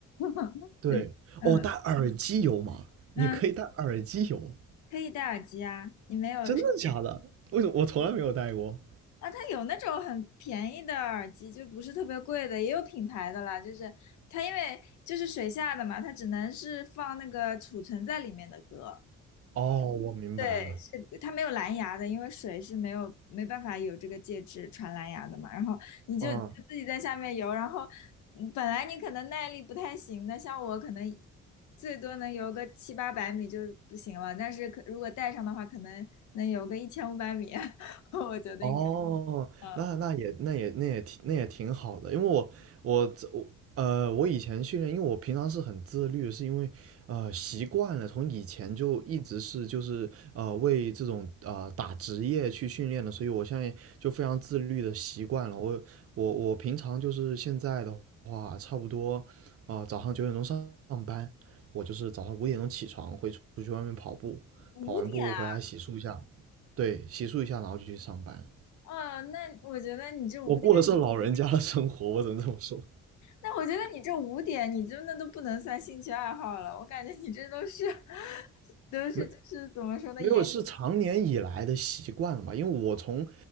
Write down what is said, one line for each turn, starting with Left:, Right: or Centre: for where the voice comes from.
Left: <laughs>
Right: 对，
Left: 嗯嗯，
Right: 哦，戴耳机游嘛，你可以戴耳机游，
Left: 嗯，可以戴耳机啊，你没有
Right: 真的假的？为什么我从来没有戴过？
Left: 啊？它有那种很便宜的耳机，就不是特别贵的，也有品牌的啦。就是它因为就是水下的嘛，它只能是放那个储存在里面的歌。
Right: 哦，我明白了。
Left: 对，是它没有蓝牙的，因为水是没有没办法有这个介质传蓝牙的嘛。然后你就你就自己在下面游，
Right: 嗯。
Left: 然后嗯本来你可能耐力不太行的，像我可能最多能游个七八百米就不行了，但是可如果带上的话，可能能游个一千五百米，<laughs> 我觉得应该，
Right: 哦，
Left: 嗯，
Right: 那那也那也那也挺那也挺好的，因为我我这我呃我以前训练，因为我平常是很自律，是因为呃习惯了，从以前就一直是就是呃为这种呃打职业去训练的，所以我现在就非常自律的习惯了。我我我平常就是现在的话，差不多呃早上九点钟上上班，我就是早上五点钟起床，会出出去外面跑步，
Left: 五点啊，
Right: 跑完步回来洗漱一下，对，洗漱一下，然后就去上班。
Left: 哦那我觉得你这五点，
Right: 我过的是老人家的生活，我只能这么说。
Left: 那我觉得你这五点，你真的都不能算兴趣爱好了，我感觉你这都是 <laughs> 都是就是怎么说呢，
Right: 没没有是常年以来的习惯了吧？
Left: 也。
Right: 因为我从